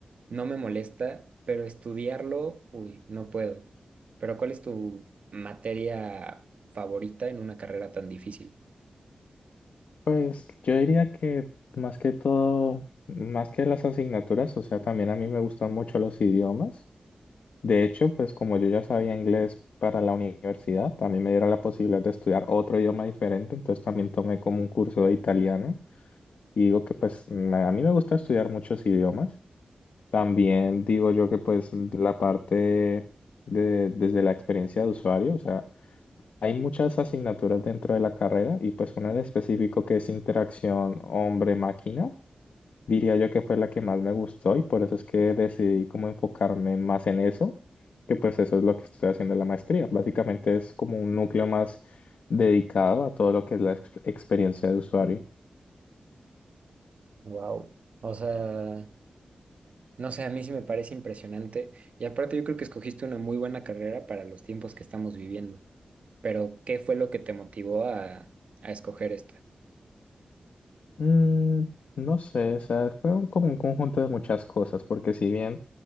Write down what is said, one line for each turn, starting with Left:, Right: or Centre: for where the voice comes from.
Right: no me molesta, pero estudiarlo, uy, no puedo. Pero ¿cuál es tu materia favorita en una carrera tan difícil?
Left: Pues yo diría que más que todo, más que las asignaturas, o sea, también a mí me gustan mucho los idiomas. De hecho, pues como yo ya sabía inglés para la universidad, también me dieron la posibilidad de estudiar otro idioma diferente, entonces también tomé como un curso de italiano y digo que pues me- a mí me gusta estudiar muchos idiomas. También digo yo que pues la parte de desde la experiencia de usuario, o sea, hay muchas asignaturas dentro de la carrera y pues una en específico que es interacción hombre-máquina diría yo que fue la que más me gustó y por eso es que decidí como enfocarme más en eso, que pues eso es lo que estoy haciendo en la maestría. Básicamente es como un núcleo más dedicado a todo lo que es la ex- experiencia de usuario.
Right: Wow. O sea. No sé, a mí sí me parece impresionante. Y aparte yo creo que escogiste una muy buena carrera para los tiempos que estamos viviendo. Pero, ¿qué fue lo que te motivó a, a escoger esta?
Left: Mm, no sé, o sea, fue un- como un conjunto de muchas cosas, porque si bien